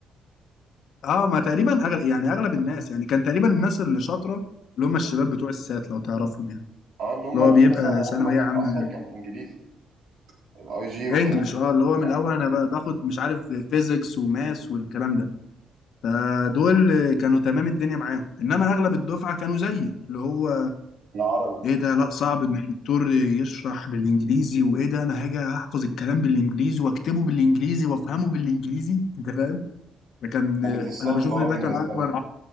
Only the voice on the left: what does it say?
أه ما تقريبا أغلب يعني أغلب الناس يعني كان تقريبا الناس اللي شاطرة اللي هم الشباب بتوع السات لو تعرفهم يعني
اللي هو بيبقى
ثانوية
عامة
انجلش
اه اللي هو من
الاول انا ب- باخد مش عارف فيزيكس وماس والكلام ده فدول كانوا تمام الدنيا معاهم انما اغلب الدفعه كانوا زيي اللي هو
ايه ده لا صعب ان الدكتور يشرح بالانجليزي وايه ده انا هاجي احفظ الكلام بالانجليزي واكتبه بالانجليزي وافهمه بالانجليزي انت فاهم فكان
انا بشوف ان
ده
كان اكبر